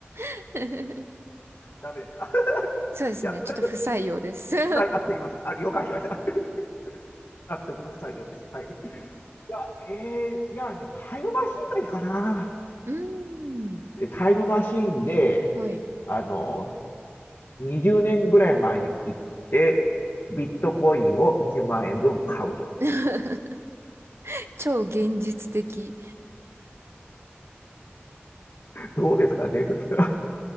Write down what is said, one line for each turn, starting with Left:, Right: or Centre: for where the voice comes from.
Right: <laughs>
Left: ダメですか <laughs>。
Right: そうですね。
Left: いや、それはちょっと
Right: ちょっと不採用です <laughs> う
Left: 不採用あすいません。あ了解しました <laughs>。納得の不採用です。はい。いや、えー、じゃあね、タイムマシンがいいかな。
Right: ーん。
Left: タイムマシンで、
Right: はい。
Left: あの、20年ぐらい前に行って、ビットコインを1万円分買うと。
Right: <laughs> 超現実的。
Left: どうですかね、それ人。